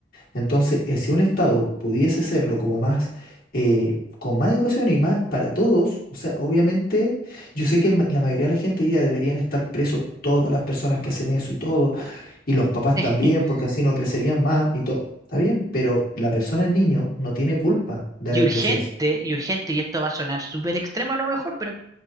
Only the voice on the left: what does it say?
Entonces, eh, si un Estado pudiese serlo como más, eh, con más educación y más para todos, o sea, obviamente, yo sé que el ma- la mayoría de la gente diría deberían estar presos todas las personas que hacen eso y todo, y los papás
también, porque así no crecerían más y todo. Está bien, pero la persona, el niño, no tiene culpa de
haber
crecido así.